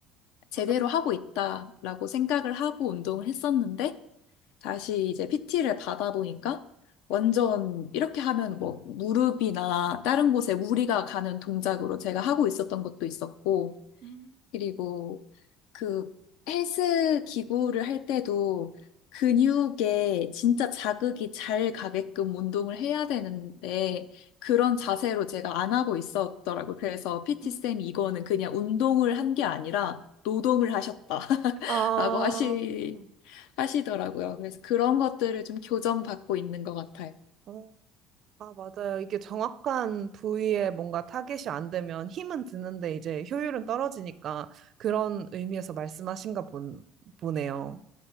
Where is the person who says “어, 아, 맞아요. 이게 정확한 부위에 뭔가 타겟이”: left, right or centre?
Right